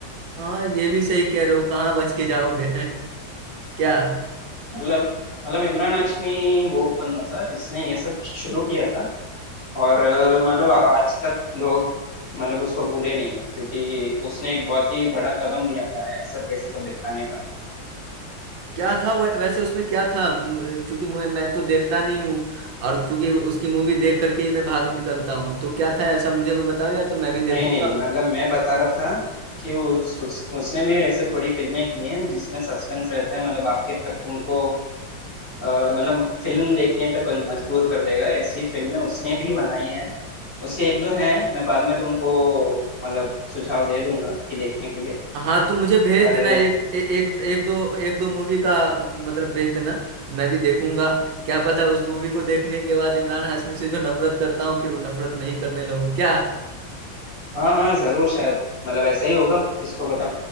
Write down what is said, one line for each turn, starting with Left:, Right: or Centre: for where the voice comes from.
Right: हाँ ये भी सही कह रहे हो कहाँ बच के जाओगे <laughs> क्या
Left: मतलब मतलब इमरान हाशमी वो बंदा था जिसने ये सब शुरू किया था और अ, मतलब आज तक लोग मतलब उसको भूले नहीं है क्योंकि उसने एक बहुत ही बड़ा कदम लिया था ऐसा ऐसे सब दिखाने का
Right: क्या था वै, वैसे उसमें क्या था म- चूंकि मैं, मैं तो देखता नहीं हूँ और चूंकि उसकी मूवी देख करके ही मैं भाग निकलता हूँ तो क्या था ऐसा मुझे भी बताओ यार तो मैं भी
Left: नहीं
Right: देखूंगा
Left: नहीं मतलब मैं बता रहा था कि उस, उस उसने भी ऐसे थोड़ी फिल्में की हैं जिसमें सस्पेंस रहता है मतलब आखिर तक तुमको अ, मतलब फिल्म देखने पे पन- मजबूर कर देगा ऐसी फिल्में उसने भी बनाई हैं उसके एक दो हैं मैं बाद में तुमको मतलब सुझाव दे दूंगा कि देखने के लिए
Right: हाँ तुम मुझे भेज
Left: पर
Right: देना एक ए, एक एक दो एक दो मूवी का मतलब भेज देना मैं भी देखूंगा क्या पता उस मूवी को देखने के बाद इमरान हाशमी से जो नफरत करता हूँ फिर वो नफरत नहीं करने लगूँ क्या
Left: हाँ हाँ जरूर शायद मतलब ऐसा ही होगा किसको पता